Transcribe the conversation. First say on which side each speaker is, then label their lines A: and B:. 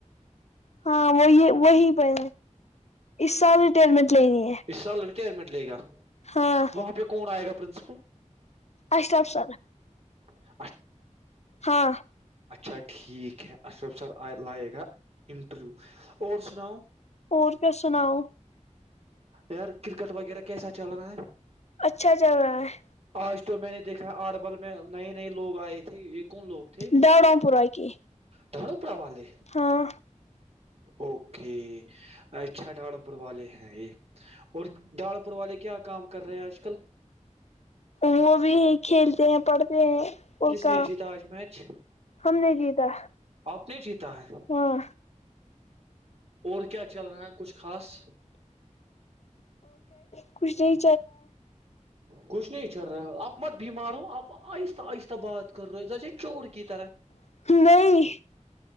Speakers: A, on the left (about 60°); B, on the right (about 55°).
A: ہاں وہی وہی پہ <unintelligible>
B: اس
A: سال ریٹائرمنٹ لینی ہے
B: سال ریٹائرمنٹ لے گا
A: ہاں
B: وہاں پہ کون آیا ا پرنسپل
A: اشرف سر
B: ا <unintelligible>
A: ہاں
B: اچھا ٹھیک ہے اشرف سر لائے گا انٹرویو اور سناؤ
A: اور کیا سناؤ
B: یار کرکٹ وغیرہ کیسا چل رہا ہے
A: اچھا چل رہا ہے
B: آج تو میں نے دیکھا آٹھ بال میں نئے نئے لوگ آئے تھے یہ کون لوگ تھے
A: ڈڑوں پورا کی
B: ڈھاڑو پورا والے
A: ہاں
B: اوکے ا اچھا ڈالمپور والے ہیں یہ اور داڑ پور والے کیا کام کر رہے ہیں آج کل
A: وہ بھی کھیلتے ہیں پڑھتے ہیں
B: کس
A: کا
B: نے جیتا آج میچ
A: ہم نے جیتا
B: آپ نے جیتا ہے
A: ہاں
B: اور کیا چل رہا ہے کچھ خاص
A: خوش رہی
B: کچھ نہیں چل رہا آپ مت بیمار ہو آپ آہستہ آہستہ بات کر رہے جیسے چور کی طرح
A: ہے نہیں